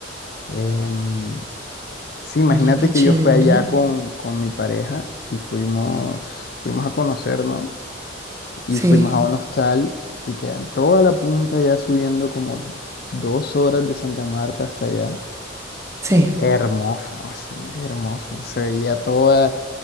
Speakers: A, on the left; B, on the right.
A: Em, sí, imagínate
B: Oye, qué
A: que
B: chévere.
A: yo fui allá con, con mi pareja y fuimos, fuimos a conocer, ¿no? Y
B: Sí,
A: fuimos a un hostal que queda en toda la punta, ya subiendo como dos horas de Santa Marta hasta allá.
B: sí.
A: Hermoso, ¿no? Eso es hermoso. Se veía toda,